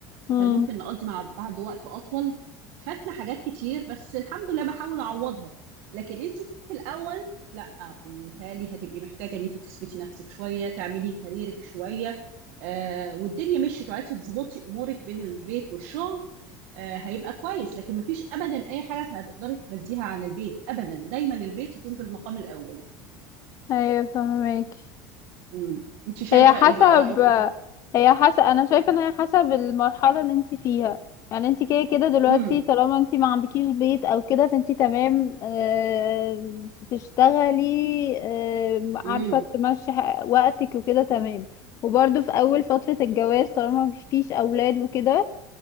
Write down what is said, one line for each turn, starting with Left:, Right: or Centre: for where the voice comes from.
Left: امم
Right: فكان ممكن نقضي مع بعض وقت اطول فاتنا حاجات كتير بس الحمد لله بحاول اعوضها لكن انت في الاول لا متهيألي هتبقي محتاجة إن أنت تثبتي نفسك شوية تعملي كاريرك شوية آه والدنيا مشيت وعرفتي تظبطي أمورك بين البيت والشغل آه هيبقى كويس لكن مفيش أبدا أي حاجة هتقدري تمديها عن البيت أبدا دايما البيت يكون في المقام الأول
Left: ايوه فهمك
Right: امم أنت شايفة
Left: هي حسب
Right: إيه بقى رأيك إيه؟
Left: هي حسب انا شايفه ان هي حسب المرحله اللي انت فيها يعني انت كده كده دلوقتي
Right: امم
Left: طالما انت ما عندكيش بيت او كده فانت تمام آه، بتشتغلي آه، عارفه
Right: امم
Left: تمشي ح- وقتك وكده تمام وبرده في اول فتره الجواز طالما مفيش اولاد وكده